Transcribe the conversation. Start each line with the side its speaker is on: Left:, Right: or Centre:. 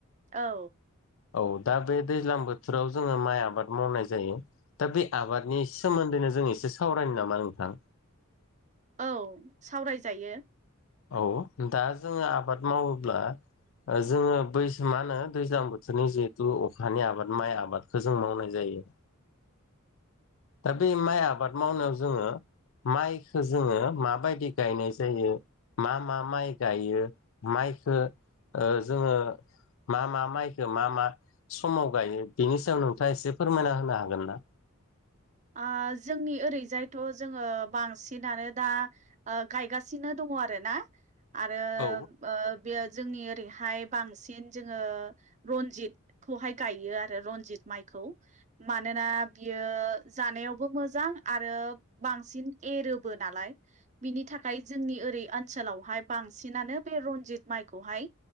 Right: औ।
Left: औ दा बे दैज्लां बोथोराव जोङो माइ आबाद मावनाय जायो। दा बे आबादनि सोमोन्दैनो जों एसे सावरायनो नामा नोंथां?
Right: औ सावरायजायो
Left: औ दा जोङो आबाद मावोब्ला जोङो बै मा होनो दैज्लां बोथोरनि जिहेथु अखानि आबाद माइ आबादखौ जों मावनाय जायो ए दा बे माइ आबाद मावनायाव जोङो माइखो जोङो माबायदि गायनाय जायो। मा मा माइ गायो माइखो ओ जोङो मा मा माइखो मा मा समाव गायो बिनि सायाव नोंथाङा एसे फोरमायना होनो हागोन ना?
Right: ओ जोंनि ओरै जायथ जोङो बांसिनानो दा ओ गायगासिनो दङ आरो ना। आरो
Left: औ
Right: ओ बेयो जोंनि ओरैहाय बांसिन जोङो रनजितखौहाय गायो आरो रनजित माइखौ मानोना बियो जानायावबो मोजां आरो बांसिन एरोबो नालाय बिनि थाखाय जोंनि ओरै ओनसोलावहाय बांसिनानो बे रनजित माइखौहाय